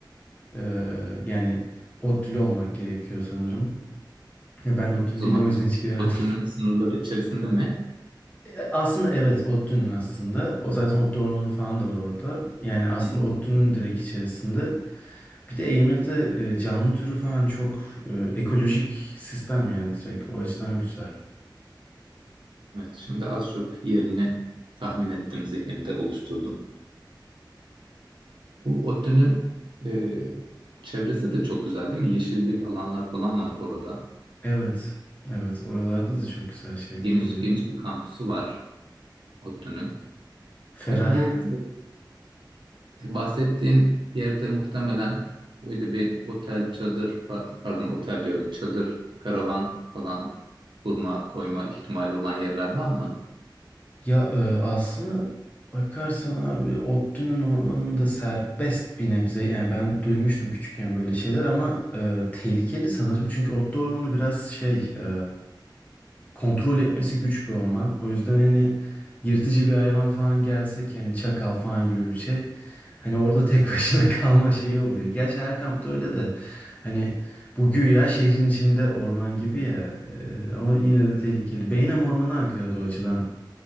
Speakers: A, on the left; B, on the right.
A: E, yani ODTÜ'lü olmak gerekiyor sanırım. Ya ben ODTÜ'lü
B: E, o zaman
A: değilim o yüzden hiç giremedim.
B: Bakü'nün
A: <laughs>
B: sınırları içerisinde mi?
A: E, Aslında evet ODTÜ'nün aslında. O zaten ODTÜ ormanı falan da var orada. Yani aslında
B: Hmm.
A: ODTÜ'nün direkt içerisinde. Bir de Eymir'de e, canlı türü falan çok e, ekolojik sistem yani direkt. O açıdan güzel.
B: Evet. Şimdi az çok yerini tahmin ettim zihnimde oluşturdum. Bu ODTÜ'nün e, çevresi de çok güzel değil mi? Yeşillik alanlar falan var orada.
A: Evet. Evet oralarda da çok güzel şeyler
B: Geniş
A: oluyor.
B: geniş bir kampüsü var ODTÜ'nün.
A: Ferah
B: Peki bu e, bahsettiğin yerde muhtemelen öyle bir otel, çadır, pa- pardon otel diyorum, çadır, karavan falan kurma, koyma ihtimali olan yerler var mı?
A: Ya e, aslına bakarsan abi Ottu'nun ormanında serbest bir nebze yani ben duymuştum küçükken böyle şeyler ama e, tehlikeli sanırım çünkü Ottu ormanı biraz şey e, kontrol etmesi güç bir orman o yüzden hani yırtıcı bir hayvan falan gelsek yani çakal falan gibi bir şey hani orada tek başına <laughs> kalma şeyi oluyor. Gerçi her kampta öyle de hani bu güya şehrin içinde orman gibi ya e, ama yine de tehlikeli. Beynam Ormanı Ankara'da o açıdan